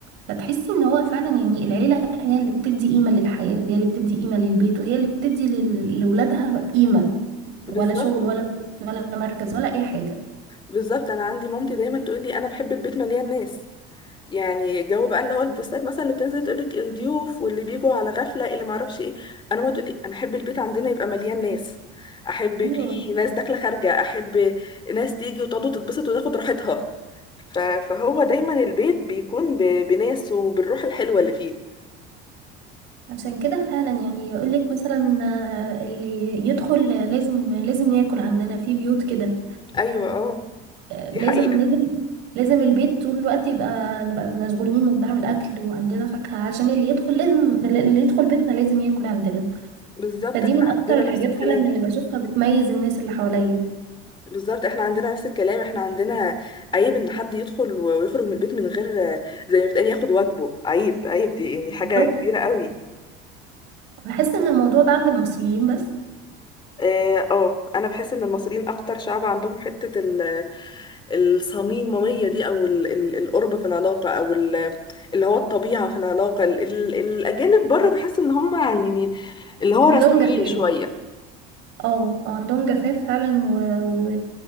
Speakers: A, on the right (about 60°); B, on the left (about 25°).
A: فتحسي ان هو فعلا يعني العيله هي اللي بتدي قيمه للحياه وهي اللي بتدي قيمه للبيت وهي اللي بتدي لل- لاولادها قيمه ولا
B: بالظبط
A: شغل ولا فلوس ولا مركز ولا اي حاجه
B: بالظبط انا عندي مامتي دايما تقول لي انا بحب البيت مليان ناس يعني جو بقى اللي هو البوستات مثلا اللي بتنزل تقولك الضيوف واللي بيجوا على غفلة اللي معرفش ايه انا ما تقولي انا احب البيت عندنا يبقى مليان ناس احب
A: ايوه
B: فيه ناس داخلة خارجة احب ناس تيجي وتقعد وتتبسط وتاخد راحتها ف- فهو دايما البيت بيكون ب- بناس وبالروح الحلوة اللي فيه
A: عشان كده فعلا يعني يقولك مثلا آه، اللي يدخل لازم لازم ياكل عندنا في بيوت كده
B: ايوه اه
A: آه، لازم
B: دي حقيقة
A: لازم لازم البيت طول الوقت يبقى نبقى مشغولين وبنعمل أكل وعندنا فاكهة عشان اللي يدخل لازم اللي يدخل بيتنا لازم ياكل عندنا
B: بالظبط
A: فدي
B: احنا
A: من أكتر
B: عندنا
A: الحاجات
B: نفس الكلام
A: فعلا اللي بشوفها بتميز الناس اللي حواليا
B: بالظبط احنا عندنا نفس الكلام احنا عندنا عيب ان حد يدخل و- ويخرج من البيت من غير زي ما بتقال ياخد واجبه عيب عيب دي يعني حاجة
A: بالظبط
B: كبيرة قوي
A: بحس إن الموضوع ده عند المصريين بس
B: اه آه، انا بحس ان المصريين اكتر شعب عندهم حته ال- الصميميه دي او ال- ال- القرب في العلاقه او ال- اللي هو الطبيعه في العلاقه ال- ال- الاجانب بره بحس ان هم يعني اللي هو
A: عندهم
B: رسميين
A: جفاف
B: شويه
A: اه عندهم جفاف فعلا و... و...